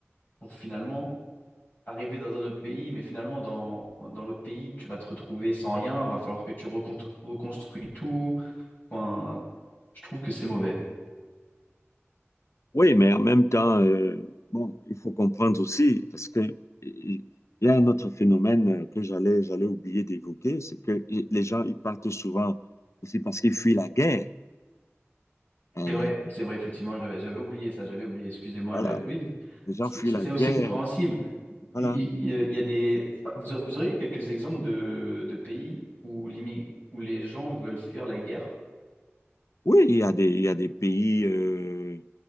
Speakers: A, on the left; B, on the left.
A: pour finalement arriver dans un autre pays, mais finalement, dans, dans l'autre pays, tu vas te retrouver sans rien, va falloir que tu reconstru- reconstruis tout. Enfin, je trouve que c'est mauvais.
B: Oui, mais en même temps, euh, bon, il faut comprendre aussi, parce que euh, il y a un autre phénomène euh, que j'allais, j'allais oublier d'évoquer, c'est que i- les gens, ils partent souvent aussi parce qu'ils fuient la guerre. Euh,
A: C'est vrai, c'est vrai, effectivement, j'avais j'avais oublié ça, j'avais oublié, excusez-moi.
B: voilà,
A: j'ai- Oui,
B: les gens
A: c'est
B: fuient
A: c'est
B: la guerre.
A: aussi compréhensible.
B: Voilà.
A: Il, il- il y a des... Vous aur- vous auriez quelques exemples de, de pays où, l'immi- où les gens veulent fuir la guerre?
B: Oui, il y a des, il y a des pays. euh,